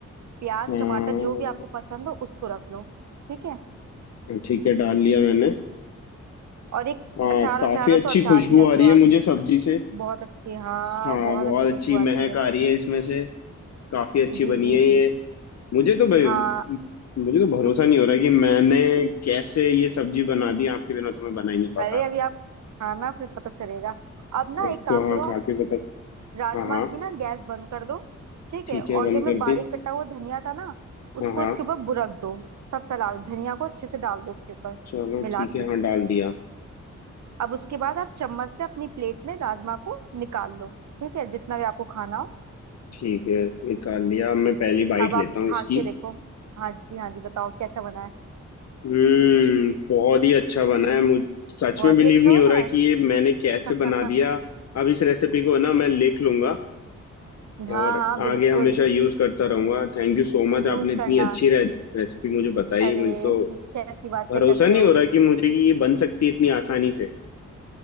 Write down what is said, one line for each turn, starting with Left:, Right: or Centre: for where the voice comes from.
Right: प्याज
Left: हाँ
Right: टमाटर जो भी आपको पसंद हो उसको रख लो ठीक है
Left: हाँ, ठीक है डाल लिया मैंने
Right: और एक
Left: हाँ
Right: अचार
Left: काफी
Right: अचार हो
Left: अच्छी
Right: तो अचार
Left: खुशबू
Right: भी रख
Left: आ रही
Right: लो आप
Left: है मुझे सब्जी से
Right: बहुत अच्छी हाँ
Left: हाँ
Right: बहुत
Left: बहुत
Right: अच्छी
Left: अच्छी
Right: खुशबू
Left: महक
Right: आती है
Left: आ रही है इसमें से काफी अच्छी
Right: जी
Left: बनी
Right: जी
Left: है ये
Right: जी
Left: मुझे तो भाई
Right: हाँ
Left: मुझे तो भरोसा
Right: <laughs>
Left: नहीं हो रहा कि मैंने कैसे ये सब्जी बना दी आपके बिना तो मैं बना ही नहीं पाता
Right: पहले अभी आप खाना फिर पता चलेगा अब ना
Left: अब
Right: एक काम
Left: तो
Right: करो
Left: हाँ खा
Right: आप
Left: के पता
Right: राजमा
Left: हाँ हाँ
Right: की ना गैस बंद कर दो ठीक
Left: ठीक
Right: है और
Left: है बंद
Right: जो मैं
Left: कर
Right: बारीक
Left: दी
Right: कटा हुआ धनिया था ना उसको
Left: हाँ हाँ
Right: इसके ऊपर बुरक दो सब फैला दो धनिया को अच्छे से डाल दो उसके ऊपर
Left: चलो
Right: मिला
Left: ठीक है
Right: के
Left: हाँ डाल दिया
Right: अब उसके बाद आप चम्मच से अपनी प्लेट में राजमा को निकाल लो ठीक है जितना भी आपको खाना हो
Left: ठीक है निकाल लिया अब मैं पहली बाइट
Right: अब
Left: लेता
Right: आप
Left: हूँ इसकी
Right: खा के देखो हाँ जी हाँ जी बताओ कैसा बना है
Left: हम्म बहुत ही अच्छा बना है मुझ सच
Right: बहुत
Left: में बिलीव
Right: ही अच्छा
Left: नहीं
Right: बना
Left: हो रहा कि ये मैंने कैसे
Right: है <laughs>
Left: बना दिया अब इस रेसिपी को ना मैं लिख लूंगा
Right: हाँ
Left: और
Right: हाँ
Left: आगे
Right: बिल्कुल
Left: हमेशा यूज करता रहूंगा थैंक यू सो मच
Right: यूज
Left: आपने इतनी
Right: करना
Left: अच्छी रे, रेसिपी मुझे बताई
Right: अरे
Left: मुझे तो
Right: कैसी बातें
Left: भरोसा
Right: करते
Left: नहीं
Right: हो
Left: हो रहा कि मुझे कि ये बन सकती है इतनी आसानी से